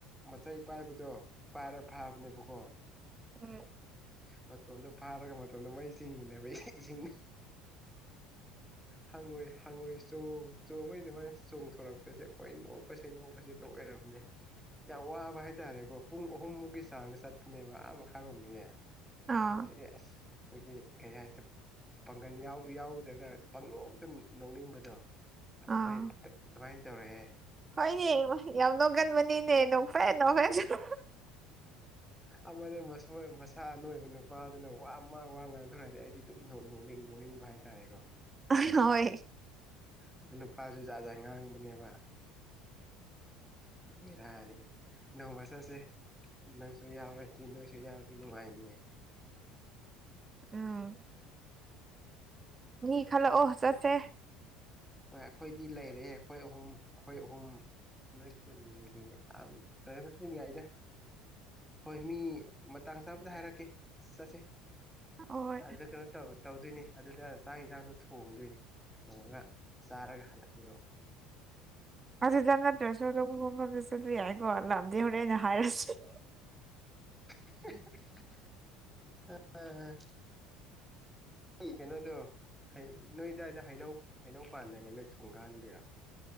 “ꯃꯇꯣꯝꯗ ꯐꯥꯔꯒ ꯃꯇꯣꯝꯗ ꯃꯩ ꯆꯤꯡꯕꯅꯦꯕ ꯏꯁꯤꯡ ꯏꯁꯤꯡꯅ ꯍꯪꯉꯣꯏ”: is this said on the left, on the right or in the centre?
Centre